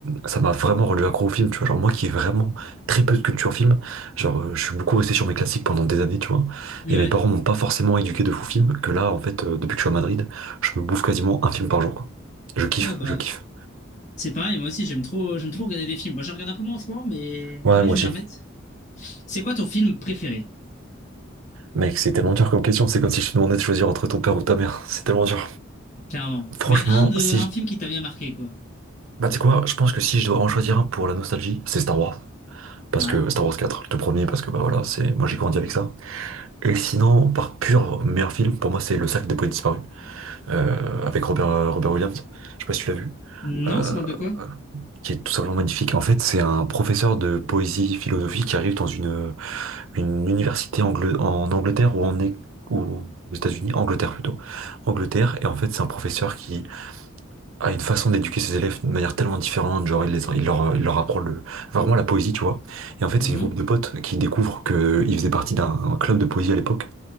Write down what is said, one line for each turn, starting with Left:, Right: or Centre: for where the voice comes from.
Right: ça m'a vraiment rendu accro au film, tu vois. Genre, moi qui ai vraiment très peu de culture film, genre, euh, je suis beaucoup resté sur mes classiques pendant des années, tu vois.
Left: Ouais,
Right: Et mes parents m'ont pas forcément éduqué de fou film, que là, en fait, euh, depuis que je suis à Madrid, je me bouffe quasiment un film par jour, quoi. Je kiffe,
Left: ouais, bah.
Right: je kiffe.
Left: C'est pareil, moi aussi, j'aime trop, j'aime trop regarder des films. Bon, je regarde un peu moins en ce moment, mais mais
Right: Ouais,
Left: faudrait
Right: moi
Left: que je
Right: aussi.
Left: m'y remette. C'est quoi ton film préféré?
Right: Mec, c'est tellement dur comme question. C'est comme si je te demandais de choisir entre ton père ou ta mère. C'est tellement dur.
Left: Clairement.
Right: Franchement,
Left: Mais un de,
Right: si.
Left: un
Right: je-
Left: film qui t'a bien marqué, quoi.
Right: Bah, tu sais quoi, je pense que si je dois en choisir un pour la nostalgie, c'est Star Wars. Parce
Left: Ouais.
Right: que Star Wars quatre, le tout premier, parce que bah voilà, c'est moi j'ai grandi avec ça. Et sinon, par pur meilleur film, pour moi c'est Le Cercle des Poètes Disparus, euh, avec Robert, Robert Williams. Je sais pas si tu l'as vu.
Left: Non,
Right: Euh,
Left: ça parle de quoi?
Right: qui est tout simplement magnifique. En fait, c'est un professeur de poésie philosophique qui arrive dans une, une université anglo- en Angleterre ou en É- ou aux États-Unis, Angleterre plutôt. Angleterre, et en fait, c'est un professeur qui a une façon d'éduquer ses élèves d'une manière tellement différente, genre il, les, il, leur, il leur apprend le, enfin, vraiment la poésie, tu vois. Et en fait,
Left: Mhm.
Right: c'est une groupe de potes qui découvrent qu'ils faisaient partie d'un club de poésie à l'époque.